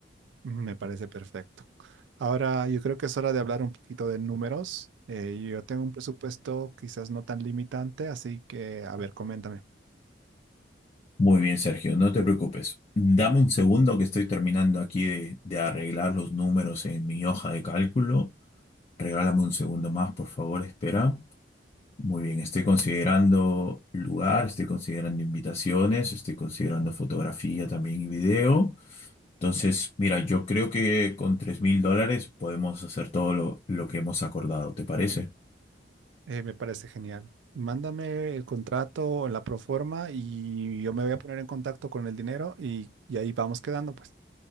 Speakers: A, on the right; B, on the left.
A: Me parece perfecto. Ahora yo creo que es hora de hablar un poquito de números. Eh, yo tengo un presupuesto quizás no tan limitante, así que, a ver, coméntame.
B: Muy bien, Sergio, no te preocupes. Dame un segundo que estoy terminando aquí de, de arreglar los números en mi hoja de cálculo. Regálame un segundo más, por favor, espera. Muy bien, estoy considerando lugar, estoy considerando invitaciones, estoy considerando fotografía también y video. Entonces, mira, yo creo que con tres mil dólares podemos hacer todo lo, lo que hemos acordado, ¿te parece?
A: Eh, me parece genial. Mándame el contrato o la proforma y yo me voy a poner en contacto con el dinero y, y ahí vamos quedando, pues.